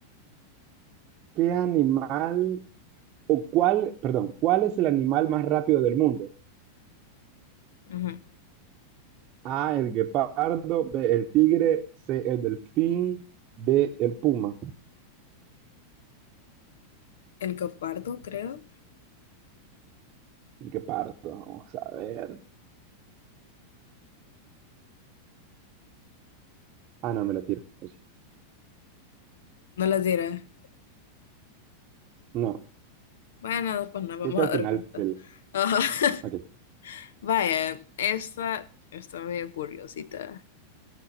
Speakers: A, on the right; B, on the left.
A: qué animal, o cuál, perdón, cuál es el animal más rápido del mundo?
B: Ujú.
A: A, el guepardo, B, el tigre, C, el delfín, D, el puma.
B: El copardo, creo.
A: Qué parto, vamos a ver. Ah, no, me la tiro. o sí.
B: No las diré.
A: No,
B: Bueno, después nos vamos
A: creo que al
B: a dar
A: final
B: cuenta.
A: del.
B: <laughs>
A: Ok,
B: Vaya, esta está medio curiosita.